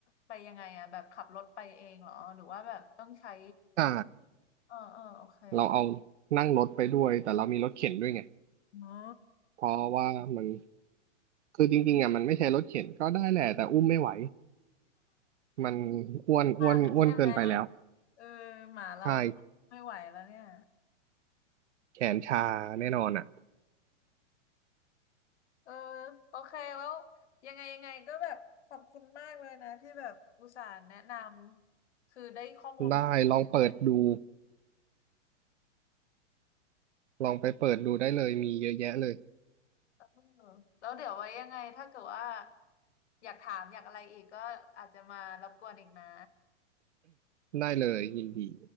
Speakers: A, on the left; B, on the right.
A: ไปยังไงอะแบบขับรถไปเองเหรอหรือว่าแบบต้องใช้
B: ใช่
A: เออเออโอเค
B: เราเอานั่งรถไปด้วยแต่เรามีรถเข็นด้วยไง
A: อ๋อ
B: เพราะว่ามันคือจริงๆอ่ะมันไม่ใช่รถเข็นก็ได้แหละแต่อุ้มไม่ไหว มันอ้วนอ้วนอ้วนเกินไปแล้ว
A: <laughs> เออหมาเรา
B: ใช่
A: ไม่ไหวแล้วเนี่ย
B: แขนชาแน่นอนอ่ะ
A: เออโอเคแล้วยังไงยังไงก็แบบขอบคุณมากเลยนะที่แบบอุตส่าห์แนะนำคือได้ข้อมูลมา
B: ได้ลองเปิดดู
A: เลยนะ
B: ลองไปเปิดดูได้เลยมีเยอะแยะเลย
A: เออแล้วเดี๋ยวไว้ยังไงถ้าเกิดว่าอยากถามอยากอะไรอีกก็อาจจะมารบกวนอีกนะ
B: ได้เลยยินดี